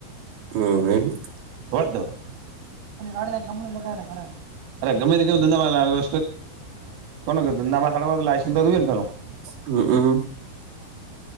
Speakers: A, on the right; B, on the right.
A: હમ હ.
B: હો તો <unintelligible> <inaudible> અરે ગમે ગમે ધંધામાં ગમે કો ધંધામાં લાયસન્સ તોયું. <inaudible>
A: હમ હમ.